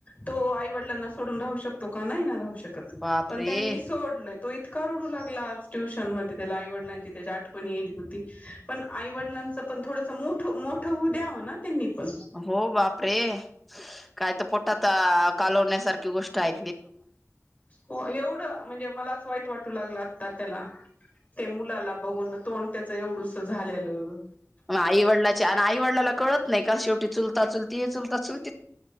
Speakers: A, on the left; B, in the centre.
A: तो आईवडलांना सोड राहू शकतो का नाही राहू शकत
B: बापरे
A: पण त्यांनी सोडल तो इतका रुडू लागला ्यशन म त्या आईवडलांची त्या आठवणीली होती पण आईवडलांच पण थोडस मोठ मोठ होऊ द्याव ना त्यांनी पण
B: हो बापरे काय तर पोटात कालवण्यासारखी गोष्ट आहेऐ
A: हो एवढं म्हणजे मलाच वाईट वाटू लागलं आता त्याला ते मुलाला बघून तोंड त्याच एवढस झालेलं
B: आई वडिलाची आणि आई वडिलाला कळत नाही का शेवटी चुलता चुलती हे चुलता चुल